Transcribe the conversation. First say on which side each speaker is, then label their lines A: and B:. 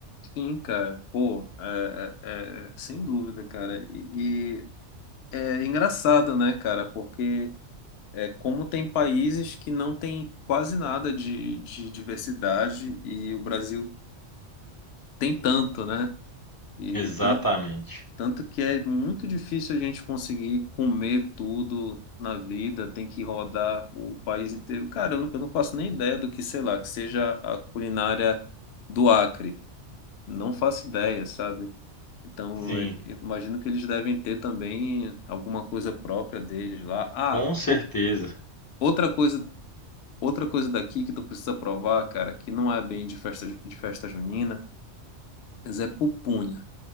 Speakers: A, on the left; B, on the left.
A: Sim, cara. Pô, é, é, é, sem dúvida, cara. E, e é engraçado, né, cara? Porque. É, como tem países que não tem quase nada de, de diversidade e o Brasil tem tanto, né? E
B: Exatamente.
A: tanto, tanto que é muito difícil a gente conseguir comer tudo na vida, tem que rodar o país inteiro. Cara, eu não, eu não faço nem ideia do que, sei lá, que seja a culinária do Acre. Não faço ideia, sabe? Então,
B: Sim,
A: eu eu imagino que eles devem ter também alguma coisa própria deles lá. Ah,
B: com certeza.
A: o- outra coisa Outra coisa daqui que tu precisa provar, cara, que não é bem de festa, de festa junina, mas é pupunha.